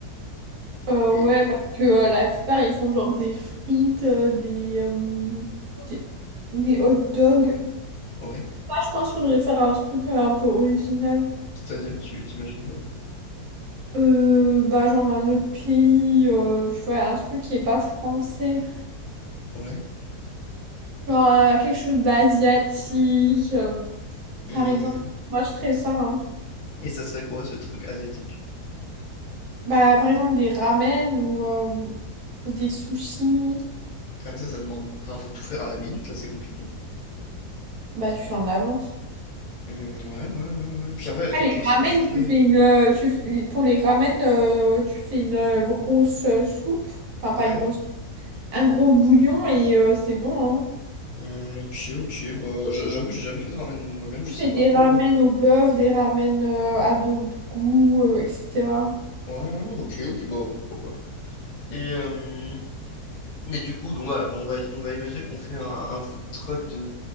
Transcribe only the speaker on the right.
Euh,
ouais, parce que euh, la plupart, ils font genre des frites, euh, des, euh, des, des hot dogs.
Moi, je pense qu'il faudrait faire un truc euh, un peu original.
Euh, bah, genre d'un autre pays, euh, tu vois, un truc qui est pas français.
Genre euh, quelque chose d'asiatique, euh,
par exemple. Moi, je ferais ça, hein.
Bah, par exemple, des ramen ou euh, des sushis.
Bah, tu fais en avance.
Ah,
les
ramen,
tu fais
une, euh, tu fais- les- pour les ramen, euh, tu fais une euh, grosse euh, soupe, enfin pas
une grosse, un gros bouillon et euh, c'est bon, hein.
Tu
fais
des
ramen
au bœuf, des ramen euh, à d'autres goûts, euh, etc.